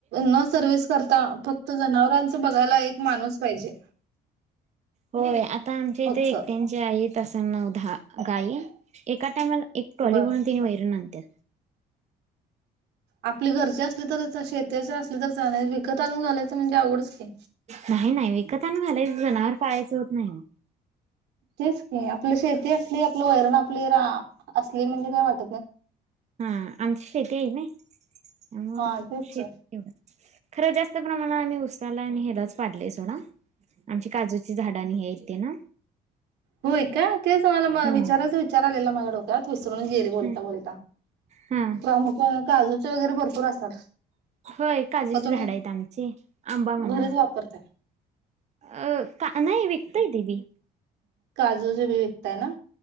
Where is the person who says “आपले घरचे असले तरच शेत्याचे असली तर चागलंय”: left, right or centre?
Right